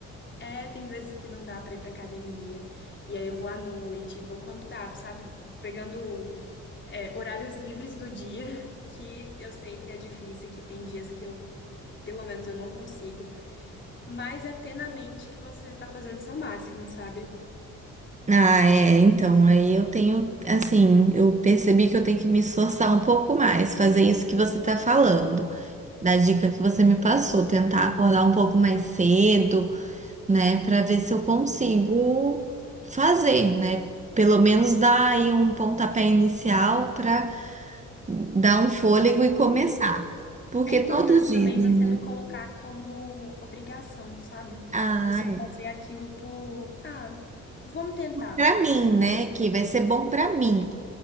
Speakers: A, on the left; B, on the right.
A: é, tem vezes que não dá pra ir pra academia, e aí eu vou à noite, vou quando dá, sabe? Pegando, é, horários livres do dia, <laughs> que eu sei que é difícil, que tem dias que eu, pelo menos, eu não consigo, mas é ter na mente que você tá fazendo seu máximo, sabe?
B: Ah, é, então, aí eu tenho, assim, eu percebi que eu tenho que me esforçar um pouco mais, fazer isso que você tá falando, da dica que você me passou, tentar acordar um pouco mais cedo, né, Pra ver se eu consigo fazer, né? Pelo menos dar aí um pontapé inicial pra dar um fôlego e começar.
A: E
B: Porque
A: É importante
B: todos
A: também
B: dizem,
A: você não colocar como obrigação, sabe?
B: ah,
A: Você
B: é.
A: fazer aquilo por, ah, vamos tentar.
B: para mim, né? Que vai ser bom para mim.